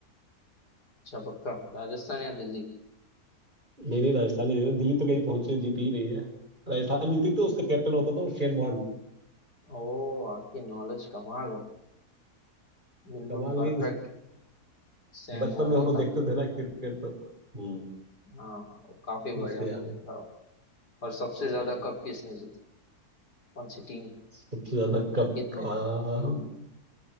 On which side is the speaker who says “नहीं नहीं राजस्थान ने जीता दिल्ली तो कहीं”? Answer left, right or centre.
Right